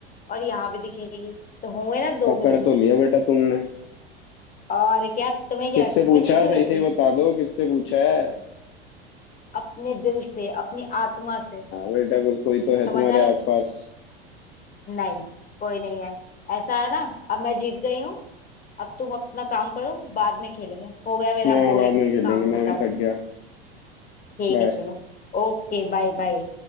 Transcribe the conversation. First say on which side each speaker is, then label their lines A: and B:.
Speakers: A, on the left; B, on the left.
A: और यहाँ भी दिखेगी तो होंगे ना दो
B: पकड़
A: गुने
B: तो लिया बेटा तुमने
A: और क्या तुम्हें क्या
B: किससे
A: लगता है तुम्हें
B: पूछा
A: जीतने
B: है? सही
A: देती
B: से ही बता दो किससे पूछा है आ,
A: अपने दिल से अपनी आत्मा से
B: बेटा कोई कोई तो है
A: समझ
B: तुम्हारे
A: आई
B: आसपास
A: नहीं कोई नहीं है ऐसा है ना अब मैं जीत गई हूँ अब तुम अपना काम करो बाद में खेलेंगे हो गया मेरा
B: ना
A: बोरिंग
B: बाद में खेलेंगे
A: काम
B: मैं
A: खत्म
B: अभी थक गया
A: ठीक
B: बाय
A: है चलो Okay bye bye